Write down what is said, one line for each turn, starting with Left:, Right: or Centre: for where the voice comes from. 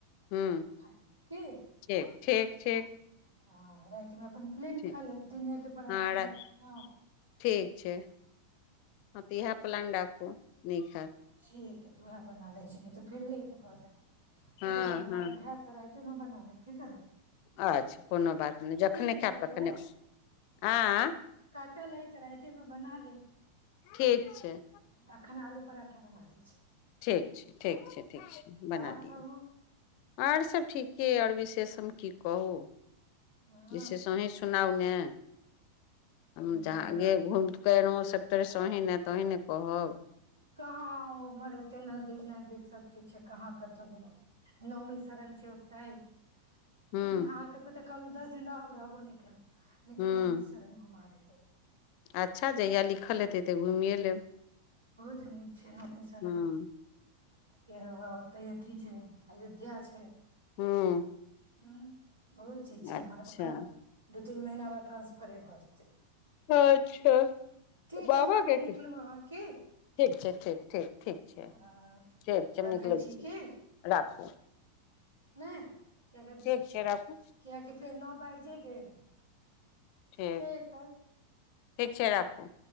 Left: हूँ
Right: ख कि
Left: ठीक ठीक ठीक
Right: हँ रातिमे अपन प्लेन
Left: ठीक
Right: खा लेब दिनेकें पराठा
Left: हँ राख
Right: तराठा हँ
Left: ठीक छै हँ तऽ इएह प्लान राखू नीक हैत
Right: ठीक ह तऽ उएह बना लै छी न तऽ फेर लेट भऽ जायत
Left: हँ
Right: तरुआ अर
Left: हँ
Right: अगर हैत त' राति मे बना लेब की करब
Left: अच्छा कोनो बात नई जखने
Right: की कटल
Left: खैब तखने
Right: अइ
Left: आंय
Right: काटल अइ तऽ रातिमे बना लेब
Left: ठीक छ छै
Right: अखन आलू पराठा बना दै छी
Left: ठीक छैय ठीक छैय ठीक छैय बना
Right: आओर
Left: दियौ
Right: कहू
Left: आओर सब ठीके अ आओर विशेष हम की कहू
Right: हँ
Left: विशेष अहीं सुनाउ ने
Right: ह
Left: <unintelligible> ज <unintelligible> <unintelligible> सभ तरह से अही ने तऽ अही ने कहब
Right: कहाँ ओ ओमहरे ओते नजदीक नजदीक सब चीज छैय कहाँ कतहु गेलंउ नौमी शरण छैय ओतै ह
Left: हूँ
Right: अंहां सब के त कहलऊं दस दिन राहब रहबो नय <unintelligible> न
Left: हूँ
Right: तऽ नमे सरण घुमा देब त
Left: अच्छा जहिया लिखल हेतै तऽ घुमिए लेब
Right: <unintelligible> छैय नामी सारा
Left: हूँ
Right: फेर हव्वै ओत्तय अथि छैय अयोध्या छैय
Left: हूँ
Right: हँ बहुत चीज छैय उम्हर
Left: अच्छा
Right: ओकर तीन महिना बाद ट्रा्सफरे भऽ जेतै
Left: अच्छा
Right: ठीक
Left: बाबा
Right: छैय माते
Left: के
Right: निकलू अहाँ की
Left: ठीक ठीक ठीक ठीक छै
Right: ह
Left: ठीक छै हम
Right: रखै
Left: निकलै
Right: छी की
Left: राखू
Right: नहि कििय
Left: ठीक छै राखू
Right: कियकि फेर न पाइ जे गेल
Left: ठीक
Right: छैय एकर
Left: ठीक छैय राखू